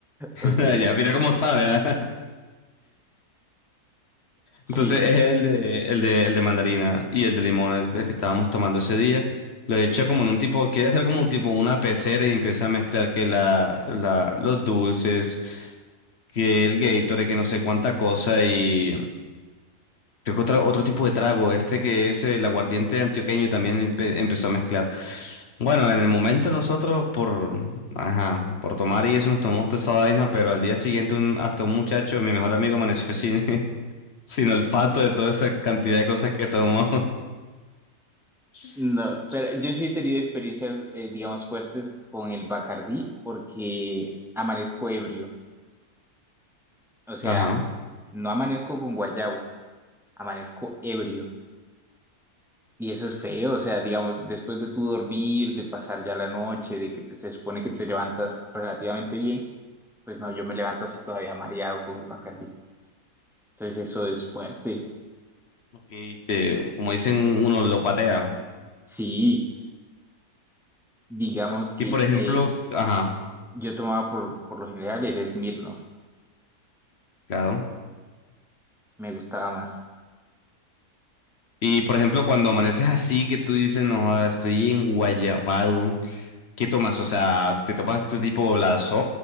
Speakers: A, on the left (about 50°); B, in the centre.
A: <laughs>
B: Ok.
A: Ya mira cómo sabe, ¿ah?
B: Sí.
A: Entonces es el de, el de, el de mandarina y el de limón, el, el que estábamos tomando ese día. Lo echa como en un tipo, quiere hacer como un tipo, una pecera y empieza a mezclar que la, la, los dulces, que el Gatorade, que no sé cuánta cosa y creo que otro, otro tipo de trago, este que es el aguardiente antioqueño también empe- empezó a mezclar. Bueno, en el momento nosotros por, ajá, por tomar y eso nos tomamos toda esa vaina, pero al día siguiente un- hasta un muchacho, mi mejor amigo, amaneció sin, <laughs> sin olfato de toda esa cantidad de cosas que tomó. <laughs>
B: No, pero yo sí he tenido experiencias, eh, digamos, fuertes con el Bacardí porque amanezco ebrio. O sea,
A: Ajá.
B: no amanezco con guayabo, amanezco ebrio. Y eso es feo, o sea, digamos, después de tu dormir, de pasar ya la noche, de que pues, se supone que te levantas relativamente bien, pues no, yo me levanto así todavía mareado con el Bacardi. Entonces eso es fuerte.
A: Ok, te- como dicen, uno lo patea.
B: Sí, digamos que
A: Y por ejemplo,
B: eh,
A: ajá,
B: yo tomaba por, por lo general el Smirnoff,
A: claro.
B: me gustaba más.
A: Y por ejemplo, cuando amaneces así, que tú dices, no, joda, estoy en Guayabado, ¿qué tomas? O sea, ¿te tomas tu tipo la so,